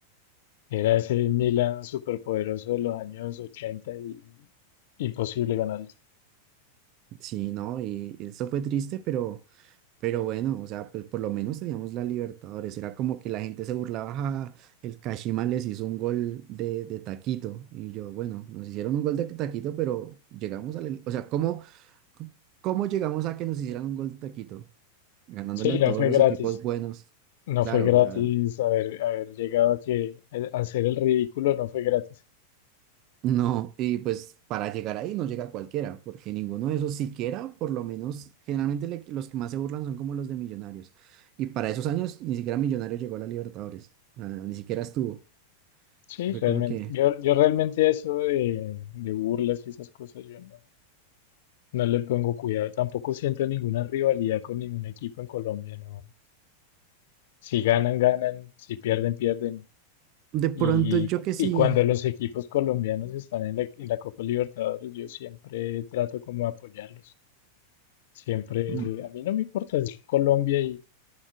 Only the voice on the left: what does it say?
Era ese Milan superpoderoso de los años 80 y y imposible ganarles.
Sí,
no
fue
gratis.
No
fue gratis
haber, haber llegado a que a hacer el ridículo, no fue gratis.
Sí,
realmente.
Yo, yo realmente eso de, de burlas y esas cosas, yo no, no le pongo cuidado. Tampoco siento ninguna rivalidad con ningún equipo en Colombia, no. Si ganan, ganan. Si pierden, pierden.
Y,
y cuando los equipos colombianos están en la, en la Copa Libertadores, yo siempre trato como de apoyarlos. Siempre,
a mí no me importa, si es Colombia y,